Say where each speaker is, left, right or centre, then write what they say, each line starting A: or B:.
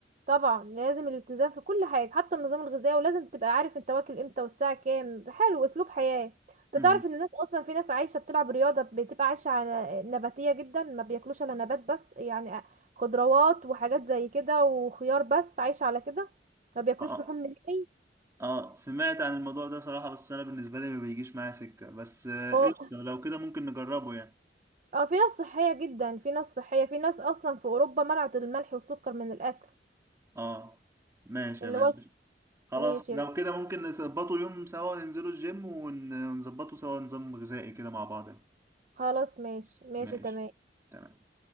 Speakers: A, on the right; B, on the right.
A: طبعا لازم الالتزام في كل حاجة حتى النظام الغذائي ولازم تبقى عارف انت واكل امتى والساعة كام حلو اسلوب حياة انت
B: امم
A: تعرف ان الناس اصلا في ناس عايشة بتلعب رياضة بتبقى عايشة على نباتية جدا ما بياكلوش الا نبات بس يعني خضروات وحاجات زي كده وخيار بس عايشة على كده ما بياكلوش
B: اه اه
A: لحوم نهائي
B: آه، سمعت عن الموضوع ده صراحه بس انا بالنسبه لي ما بيجيش معايا سكه بس آه،
A: هو
B: قشطه لو كده ممكن نجربه يعني
A: اه في ناس صحية جدا في ناس صحية في ناس اصلا في اوروبا منعت الملح والسكر من الاكل
B: اه ماشي
A: اللي
B: يا باشا
A: هو
B: خلاص
A: ماشي
B: لو
A: يا جماعة.
B: كده ممكن نظبطه يوم سوا ننزله الجيم ون- ونظبطه سوا نظام غذائي كده مع بعض
A: خلاص ماشي ماشي
B: ماشي
A: تمام
B: تمام